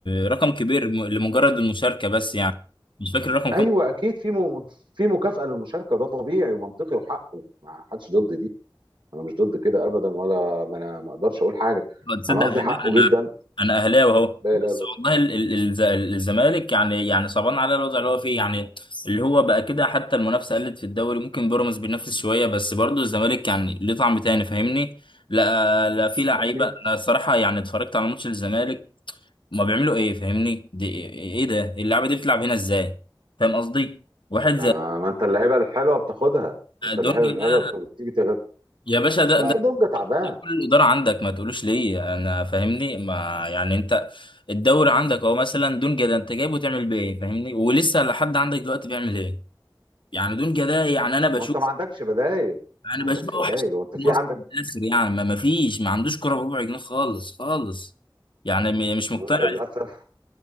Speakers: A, on the left (about 80°); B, on the right (about 75°).
A: رقم كبير م- لمجرد المشاركة بس يعني مش فاكر الرقم
B: ايوه
A: كام
B: اكيد في م... في مكافاه للمشاركه ده طبيعي ومنطقي وحقه ما حدش ضد دي انا مش ضد كده ابدا ولا ما انا ما اقدرش اقول حاجه
A: تصدق
B: انا قصدي
A: بالله
B: حقه جدا
A: انا اهلاوي اهو
B: لا
A: بس
B: لا لا
A: والله ال- ال- الز- الزمالك يعني يعني صعبان على الوضع اللي هو فيه يعني اللي هو بقى كده حتى المنافسه قلت في الدوري ممكن بيراميدز بينافس شويه بس برضه الزمالك يعني ليه طعم تاني فاهمني لا لا في لعيبه
B: اكيد
A: انا الصراحه يعني اتفرجت على ماتش الزمالك ما بيعملوا ايه فاهمني دي ايه إيه ده اللعبه دي بتلعب هنا ازاي فاهم قصدي واحد زي
B: آه، ما انت اللعيبه الحلوه بتاخدها ما انت اللعيبه
A: دونجا
B: الحلوه
A: ده
B: بت- بتيجي تغير
A: يا باشا ده
B: لا دونجا تعبان
A: ليه كل الإدارة عندك ما تقولوش ليه أنا فاهمني ما يعني أنت الدوري عندك هو مثلا دونجا ده أنت جايبه تعمل بيه إيه فاهمني ولسه لحد عندك دلوقتي بيعمل إيه يعني دونجا ده يعني أنا بشوف
B: ما انت ما عندكش بدايل
A: أنا
B: ما عندكش
A: بشوف أوحش
B: بدايل هو انت
A: في
B: في
A: مصر
B: عندك
A: في الآخر يعني ما ما فيش ما عندوش كرة بربع جنيه خالص خالص يعني م- مش مقتنع
B: ما انت للاسف